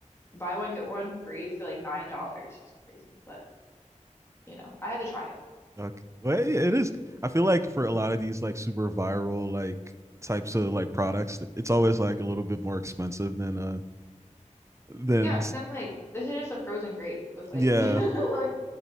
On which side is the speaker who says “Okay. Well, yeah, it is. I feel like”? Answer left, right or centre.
Right